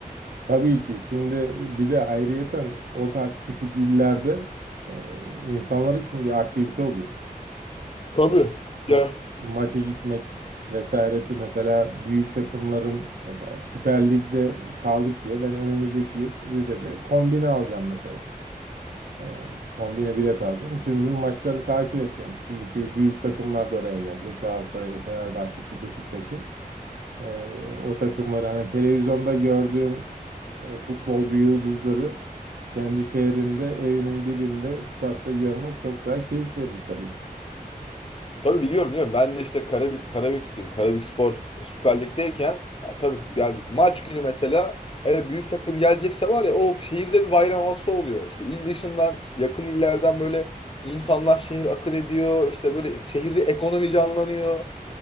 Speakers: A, on the right; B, on the left.
A: Tabii ki. Şimdi bir de ayrıyeten o tarz küçük illerde e, insanlar için bir aktivite oluyor.
B: Tabii.
A: E, maç-
B: Ya
A: maça gitmek vesaireti mesela büyük takımların mesela Süper Lig'de kaldık diye ben önümüzdeki yıl Rize'de kombine alacağım mesela. Ee, kombine bilet alacağım. Tüm yıl maçları takip edeceğim. Çünkü büyük takımlar da oraya gelecek. Galatasaray, Fenerbahçe'si, Beşiktaş'ı. Ee, o takımları hani televizyonda gördüğün e, futbolcu yıldızları kendi şehrinde, evinin dibinde, statta görmek çok daha keyif verici tabii ki.
B: Tabii biliyorum biliyorum. Ben de işte Karabük, Karabüklüyüm. Karabükspor Süper Lig'deyken ya tabii yani maç günü mesela hele büyük takım gelecekse var ya of şehirde bir bayram havası oluyor. İşte il dışından yakın illerden böyle insanlar şehir akın ediyor. İşte böyle şehirde ekonomi canlanıyor.